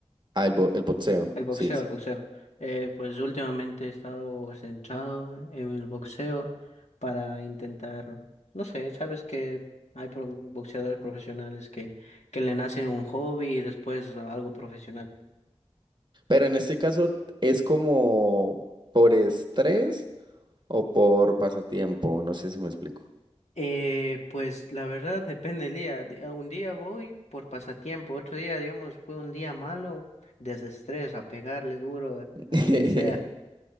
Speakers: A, on the right; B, on the left.
A: Ah, el, bo- el boxeo,
B: El boxeo,
A: sí, sí.
B: el boxeo. Eh, pues últimamente he estado centrado en el boxeo para intentar, no sé, sabes que hay pro- boxeadores profesionales que, que le nacen un hobby y después algo profesional.
A: Pero en este caso es como por estrés o por pasatiempo, no sé si me explico.
B: Eh, pues la verdad depende del día. Di- Un día voy por pasatiempo, otro día, digamos, fue un día malo, desestrés, a pegarle duro a,
A: <laughs>
B: a quien sea.